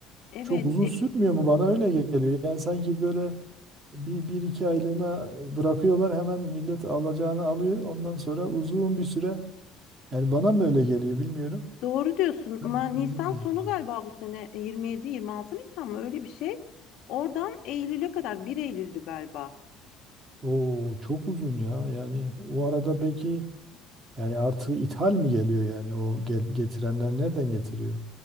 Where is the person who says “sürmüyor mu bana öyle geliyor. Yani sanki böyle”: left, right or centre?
Right